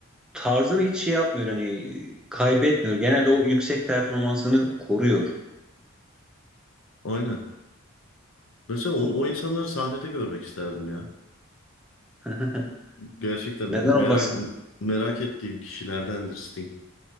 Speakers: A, in the centre; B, on the left.
A: tarzını hiç şey yapmıyor hani kaybetmiyor. Genelde o yüksek performansını koruyor.
B: aynen. Mesela onu, o insanları sahnede görmek isterdim ya.
A: <laughs>
B: Gerçekten
A: Neden olmasın?
B: merak merak ettiğim kişilerdendir Sting.